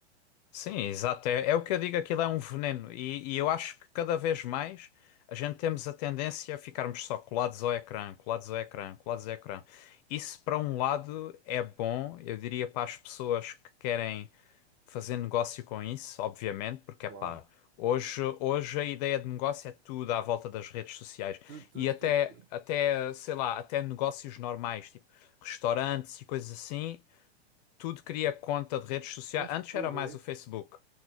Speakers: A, on the left (about 40°); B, on the right (about 30°).
A: Sim, exato. É, é o que eu digo, aquilo é um veneno. E, e eu acho que cada vez mais a gente temos a tendência a ficarmos só colados ao ecrã, colados ao ecrã, colados ao ecrã. Isso, para um lado, é bom, eu diria para as pessoas que querem fazer negócio com isso, obviamente, porque
B: Claro.
A: é pá, hoje, hoje a ideia de negócio é tudo à volta das redes sociais.
B: Tu, tu,
A: E até,
B: tu, tu.
A: até, sei lá, até negócios normais, tipo restaurantes e coisas assim, tudo cria conta de redes sociais.
B: Tens
A: Antes
B: que ter
A: era mais
B: isso.
A: o Facebook.